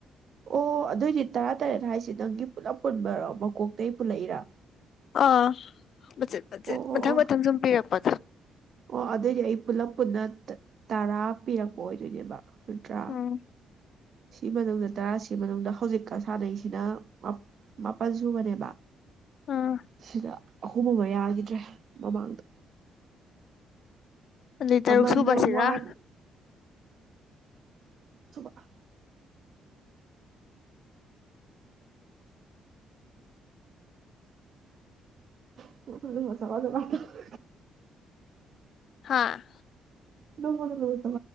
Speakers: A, on the right; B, on the left.
A: ꯑꯣ ꯑꯗꯨꯑꯣꯏꯗꯤ ꯇꯔꯥ ꯇꯔꯦꯠ ꯍꯥꯏꯖꯤ ꯅꯪꯒꯤ ꯄꯨꯂꯞ ꯄꯨꯟꯕꯔꯣ ꯃꯀꯣꯛꯇꯩ ꯄꯨꯜꯂꯛꯏꯔꯥ
B: ꯑꯥ ꯃꯆꯤꯠ ꯃꯆꯤꯠ
A: ꯑꯣ ꯑꯣ
B: ꯃꯊꯪ
A: ꯑꯣ
B: ꯃꯊꯪ ꯁꯨꯝ ꯄꯤꯔꯛꯄ
A: ꯑꯣ ꯑꯗꯨꯑꯣꯏꯗꯤ ꯑꯩ ꯄꯨꯂꯞ ꯄꯨꯟꯅ ꯇꯔꯥ ꯄꯤꯔꯛꯄ ꯑꯣꯏꯗꯣꯏꯅꯦꯕ ꯅꯠꯇ꯭ꯔꯥ
B: ꯎꯝ
A: ꯁꯤ ꯃꯅꯨꯡꯗ ꯇꯔꯥ ꯁꯤ ꯃꯅꯨꯡꯗ ꯍꯧꯖꯤꯛꯀ ꯁꯥꯟꯅꯩꯁꯤꯅ ꯃꯥ ꯃꯥꯄꯟ ꯁꯨꯕꯅꯦꯕ
B: ꯑꯥ
A: ꯁꯤꯗ ꯑꯍꯨꯝ ꯑꯃ ꯌꯥꯒꯤꯗ꯭ꯔꯦ ꯃꯃꯥꯡꯗ
B: ꯑꯗꯨꯏ ꯇꯔꯨꯛ
A: ꯑꯃꯅ
B: ꯁꯨꯕꯁꯤꯒ
A: ꯋꯥꯠ <unintelligible> <unintelligible>
B: ꯍꯥꯥ
A: ꯅꯪꯉꯣꯟꯗ ꯂꯣꯏ